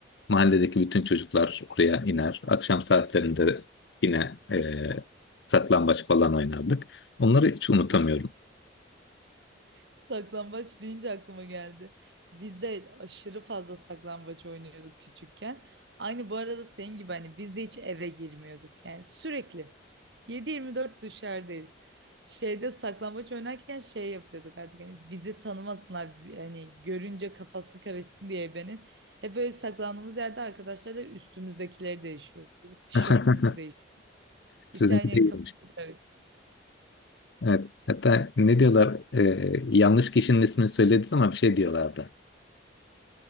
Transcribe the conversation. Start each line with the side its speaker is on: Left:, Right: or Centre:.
Left: Mahalledeki bütün çocuklar oraya iner. Akşam saatlerinde yine e, saklambaç falan oynardık. Onları hiç unutamıyorum.
Right: Saklambaç deyince aklıma geldi. Biz de aşırı fazla saklambaç oynuyorduk küçükken. Aynı bu arada senin gibi hani biz de hiç eve girmiyorduk. Yani sürekli yedi yirmi dört dışarıdayız. Şeyde saklambaç oynarken şey yapıyorduk artık hani bizi tanımasınlar hani görünce kafası karışsın diye ebenin. Hep böyle saklandığımız yerde arkadaşlarla üstümüzdekileri değişiyorduk. Tişörtümüzü
Left: <laughs>
Right: değiş.
Left: Sizinki
Right: İşte hani
Left: değil.
Right: kafası karışsın.
Left: Evet. Hatta ne diyorlar? Ee, yanlış kişinin ismini söylediniz ama bir şey diyorlardı.